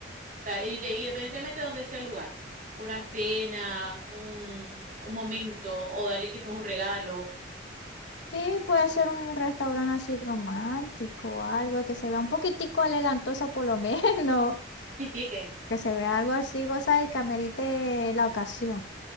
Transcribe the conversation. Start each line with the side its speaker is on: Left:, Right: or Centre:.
Right: sea, y de- independientemente de donde sea el lugar, una cena, un, un momento, o darle quizás un regalo.
Left: Sí, puede ser un restaurante así romántico o algo que se vea un poquitico elegantoso por lo <laughs> menos,
Right: Sí, sí, que
Left: que se vea algo así, vos sabés, que amerite la ocasión.